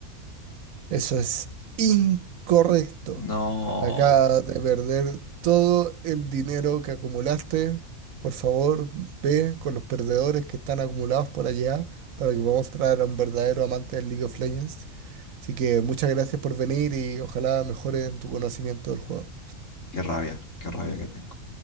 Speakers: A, on the right; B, on the left.
A: Eso es incorrecto.
B: No,
A: Acaba de perder todo el dinero que acumulaste. Por favor, ve con los perdedores que están acumulados por allá para que podamos traer a un verdadero amante del League of Legends. Así que muchas gracias por venir y ojalá mejore en tu conocimiento del juego.
B: qué rabia, qué rabia que tengo.